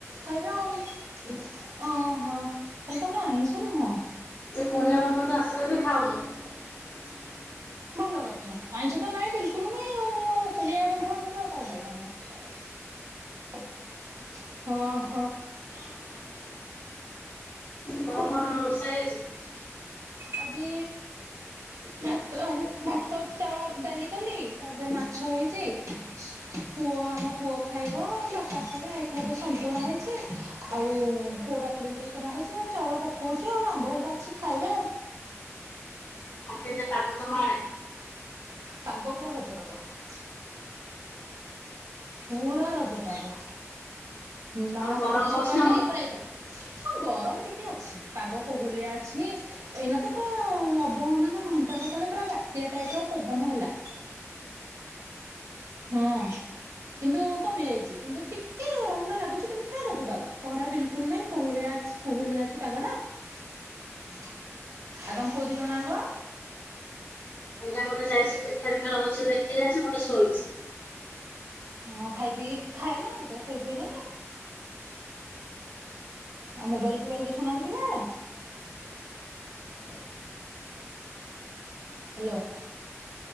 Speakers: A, on the right (about 85°); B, on the left (about 50°).
A: ଖାଇବେ ଆଉ ଓହୋ ତାହଲେ ତମର ଆଇଁଷ ନୁହଁ ।
B: ଯେ କୁଣିଆ ବନ୍ଦୁ ବାନ୍ଧବ ଆସି ତେବେବି ଖାଉନୁ ।
A: ଭଲ କରୁଛ ଆଇଁଷ ତ ନାଇଁ ବିଲ ସେମାନେ <unintelligible> ଶୁଣି ଆ ବନ୍ଧୁ ବା ସେଗୁରା କଣ ପାଇଆ ଆମେ ହଁ ହଁ ।
B: କ ଅ କଣ ରସେଇ ଆଜି ।
A: ଆଜି ଭାତ ହେ ଭାତ ଚାଉଳ ଡାଲି କଲି ତାପରେ ମାଛ ହେଇଛି ସ ପୁଅ ଆମ ପୁଅ ଖାଇବ ବାପା ଖାଇବେ ଏ ଖାଇବେ- ସନ୍ତୁଳା ହେଇଛି ଆଉ ପୋଡା ପୋଡି ଗୁରେ କରାହେଇଛି ଆଉ ଚାଉଳ ପକଉଛି । ଅଛି ଆଉ ଆମ୍ୱ ହେଇକା ଅଛି ଖାଇବେ ଆଉ।
B: ଅ ଉ କେ- ତାକୁ ତୁ ମାରେନି-
A: ପାଗ ପୁରା ରଜ ପାଗ । ପୁ-ଉ-ରା ରଜପାଗ। ନା
B: ଆଉ ଗରମ
A: ଖ ସକାଳ
B: ହଉଛି ନା
A: ଟିକେ
B: ହଉନି?
A: ଖରା ହେଇଥିଲା। ହଁ ଗରମ ଟିକେ ଅଛି। ପାଗ କୋହଲିଆ ଅଛି। ଏଇନା ତ ପୁରା-ଆ-ଆ-ଆ ଅଧଘଣ୍ଟା ନା ଘଣ୍ଟା କ ତଳେ ପୁରା ବାତ୍ୟା ଟାଇପ୍ ର ପବନ ହେଲା। ହଁ କିନ୍ତୁ କମି ଯାଇଛି। କିନ୍ତୁ ଟିକେ ଗରମ ଟା ଲାଗୁଛି। କିନ୍ତୁ ପୁରା ରଜପାଗ। କହରା ବିଲକୁଲ ନାହିଁ କୋହଳିଆ ଅଛ୍ କୋହଲିଆ ଅଛି ପାଗଟା। ଆଉ ତମ ପୁଅ ଦି ଜଣଆଙ୍କ
B: ମୁନା ଗୋଟେ ଯାଇଛି <unintelligible> <unintelligible> ଦେଖି ଯାଇଛି ଗୋଟେ ଶୋଇଛି।
A: ହଁ ଖାଇ ପିଇ ଖାଇନାହାନ୍ତି ତ ଶୋଇ ପଡିଲେଣି। ଆ ମୋବାଇଲ ଫୋବାଇଲ ଦେଖୁନାହାନ୍ତି ପିଲାମାନେ hello